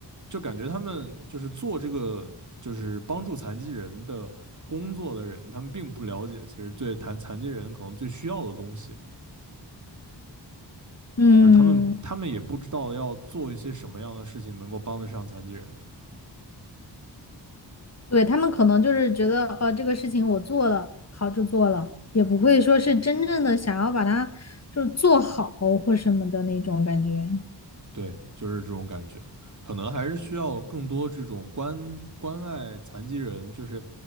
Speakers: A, on the right (about 45°); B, on the left (about 35°).
A: 就感觉他们就是做这个就是帮助残疾人的工作的人，他们并不了解其实最残残疾人可能最需要的东西，
B: 嗯。
A: 就是他们他们也不知道要做一些什么样的事情能够帮得上残疾人。
B: 对，他们可能就是觉得，呃，这个事情我做了，好就做了，也不会说是真正的想要把它就是做好或什么的那种感觉。
A: 对，就是这种感觉。可能还是需要更多这种关关爱残疾人，就是